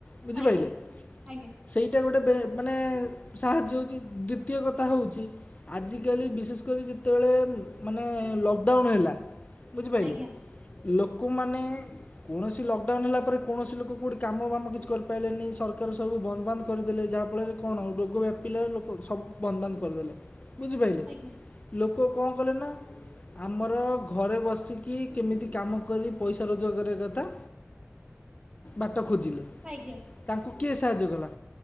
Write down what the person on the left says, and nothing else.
ବୁଝିପାରିଲେ।
ସେଇଟା ଗୋଟେ ବେ ମାନେ ସାହାଯ୍ୟ ହୋଉଚି ଦ୍ଵିତୀୟ କଥା ହୋଉଚି ଆଜିକାଲି ବିଶେଷ କରି ଯେ ଯେତେବେଳେ ମାନେ ଲକଡାଉନ୍ ହେଲା ବୁଝିପାରିଲେ।
ଲୋକମାନେ କୌଣସି ଲକଡାଉନ୍ ହେଲା ପରେ କୌଣସି ଲୋକ କୋଉଠି କାମ ବାମ କିଛି କରିପାରିଲେନି ସରକାର ସବୁ ବନ୍ଦ ବାନ୍ଦ କରିଦେଲେ ଯାହାଫଳରେ କଣ ରୋଗ ବ୍ୟାପିଲା ଲୋକ ସବୁ ବନ୍ଦବାନ୍ଦ କରିଦେଲେ ବୁଝିପାରିଲେ।
ଲୋକ କଁ କଲେନା ଆମର ଘରେ ବସିକି କେମିତି କାମ କରି ପଇସା ରୋଜକାର କରିବା କଥା ବାଟ ଖୋଜିଲେ
ତାଙ୍କୁ କିଏ ସାହାଯ୍ୟ କଲା?